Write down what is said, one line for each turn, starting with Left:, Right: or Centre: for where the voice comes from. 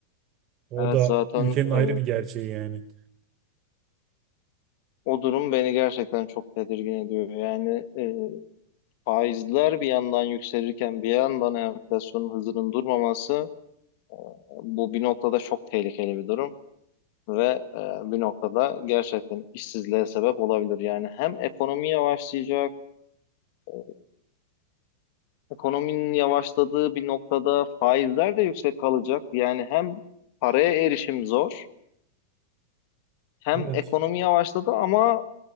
Right: O
Left: evet
Right: da
Left: zaten
Right: ülkenin ayrı
Left: e,
Right: bir gerçeği yani.
Left: o durum beni gerçekten çok tedirgin ediyor. Yani e, faizler bir yandan yükselirken bir yandan enflasyonun hızının durmaması e, bu bir noktada çok tehlikeli bir durum ve e, bir noktada gerçekten işsizliğe sebep olabilir. Yani hem ekonomi yavaşlayacak e, Ekonominin yavaşladığı bir noktada faizler de yüksek kalacak. Yani hem paraya erişim zor, hem
Right: Evet.
Left: ekonomi yavaşladı ama